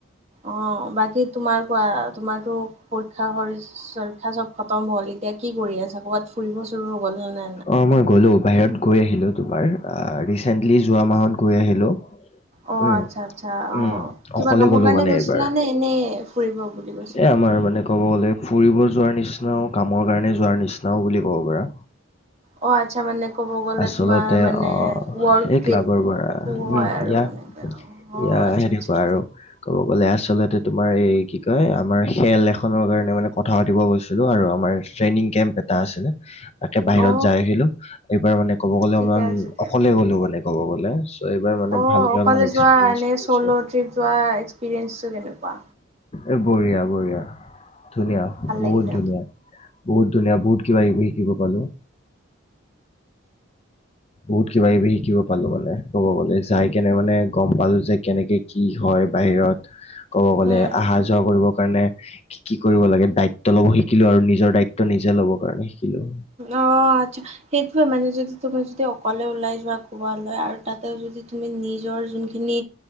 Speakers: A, on the right; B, on the left.
A: অ' বাকী তোমাৰ কোৱা তোমাৰতো পৰীক্ষা শৰ পৰীক্ষা চ'ব খতম হ'ল এতিয়া কি কৰি আছা ক'ৰবাত ফুৰিব-চুৰিব গ'লা নে নাই?
B: অ' মই গলো বাহিৰত গৈ আহিলো তোমাৰ ৰিচেন্টলি যোৱা মাহত গৈ আহিলো।
A: অ
B: উম,
A: আচ্ছা আচ্ছা অ
B: উম,
A: কিবা
B: অকলে
A: কামৰ
B: গ'লো
A: কাৰণে
B: মানে
A: গৈছিলা
B: এইবাৰ
A: নে এনেই ফুৰিব বুলি গৈছিলা?
B: এ আমাৰ মানে ক'ব গ'লে ফুৰিব যোৱাৰ নিচিনাও কামৰ কাৰণে যোৱাৰ নিচিনাও বুলি ক'ব পাৰা।
A: অ আচ্ছা মানে ক'ব গ'লে
B: আচলতে
A: তোমাৰ মানে
B: অ'
A: ৱৰ্ল্ড
B: এই
A: ট্ৰিপ
B: ক্লাবৰ পৰা
A: শু
B: উম
A: হয়
B: ইয়া
A: আৰু
B: এয়া
A: এনেকে অ আচ্ছা
B: সেনেকুৱা
A: আচ্ছা
B: আৰু ক'ব গ'লে আচলতে তোমাৰ এই কি কয় আমাৰ খেল এখনৰ কাৰণে মানে কথা পাতিব গৈছিলো আৰু আমাৰ ট্ৰেইনিং কেম্প এটা আছিলে। তাকে বাহিৰত
A: অ
B: যাই আহিলো এইবাৰ মানে ক'ব গ'লে
A: ঠিকে
B: অকমান
A: আছে দিয়া
B: অকলে গলো মানে। ক'ব গ'লে ত এইবাৰ মানে
A: অ
B: ভালকে
A: অকলে
B: অল মানে এক্সপিৰিয়েঞ্চ
A: যোৱা এনে
B: কৰিছোঁ।
A: চ'ল' ট্ৰিপ যোৱা এক্সপিৰিয়েঞ্চটো কেনেকুৱা
B: এই বঢ়িয়া বঢ়িয়া ধুনীয়া বহুত
A: ভাল লাগিলে
B: ধুনীয়া। বহুত ধুনীয়া বহুত কিবা - কিবি শিকিব পালো। বহুত কিবা কিবি শিকিব পালো মানে ক'ব গলে যাই কেনে মানে গ'ম পালো যে কেনেকে কি হয় বাহিৰত। ক'ব
A: উম
B: গ'লে অহা যোৱা কৰিবৰ কাৰণে কি কি কৰিব লাগে দায়িত্ব ল'ব শিকিলো আৰু নিজৰ দায়িত্ব নিজে ল'ব কাৰণে শিকিলো।
A: অ' আচ্ছা সসেইটোৱে মানে যদি তোমাৰ অকলে ওলাই যোৱা ক'ৰবালয় আৰু তাতে যদি তুমি নিজৰ যোনখিনি